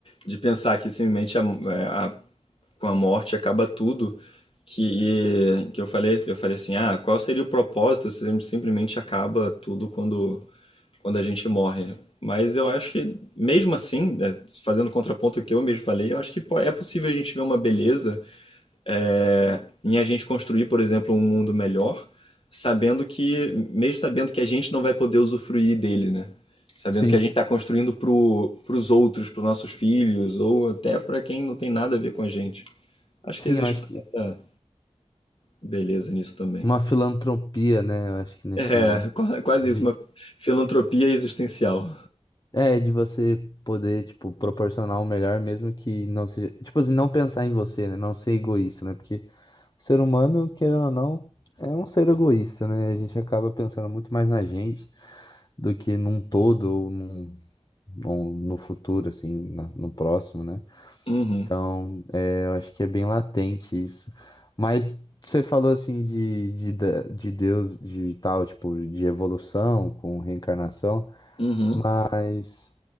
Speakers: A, on the left (about 50°); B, on the left (about 35°).
A: de pensar que simplesmente a- é, a- com a morte acaba tudo. Que, que eu falei, eu falei assim, ah, qual seria o propósito se simplesmente acaba tudo quando quando a gente morre. Mas eu acho que, mesmo assim, né, fazendo contraponto ao que eu mesmo falei, eu acho que po- é possível a gente ver uma beleza é, em a gente construir, por exemplo, um mundo melhor, sabendo que, mesmo sabendo que a gente não vai poder usufruir dele, né? Sabendo
B: Sim.
A: que a gente está construindo pro, pros outros, pros nossos filhos, ou até para quem não tem nada a ver com a gente. Acho
B: Sim,
A: que existe
B: eu acho
A: uma
B: que
A: certa beleza nisso também.
B: uma filantropia, né? Eu acho que nesse
A: É, <laughs> qua- quase
B: de
A: isso, uma filantropia existencial.
B: é de você poder, tipo, proporcionar o melhor mesmo que não seja, tipo assim, não pensar em você, né? Não ser egoísta, né? Porque o ser humano, querendo ou não, é um ser egoísta, né? A gente acaba pensando muito mais na gente do que num todo ou num, num- no futuro, assim, na- no próximo, né?
A: Uhum,
B: Então, é, eu acho que é bem latente isso. Mas você falou assim de, de, da- de Deus, de tal, tipo, de evolução com reencarnação,
A: uhum.
B: mas